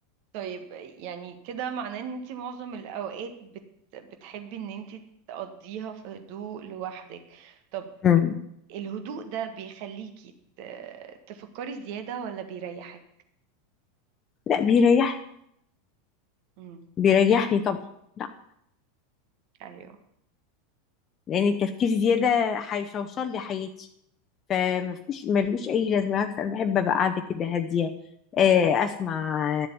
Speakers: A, on the right (about 55°); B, on the left (about 35°).
A: طيب يعني كده معناه ان انتي معظم الاوقات بت... بتحبي ان انتي تقضيها في هدوء لوحدك طب
B: مم.
A: الهدوء ده بيخليكي ت- تفكري زيادة ولا بيريحك
B: لا بيريحني
A: امم
B: بيريحني طبعا لا
A: ايوه
B: لان التفكير زياده هيشوشر لي حياتي فمفيش ملوش اي لازمه بالعكس انا بحب ابقى قاعده كده هاديه آه، اسمع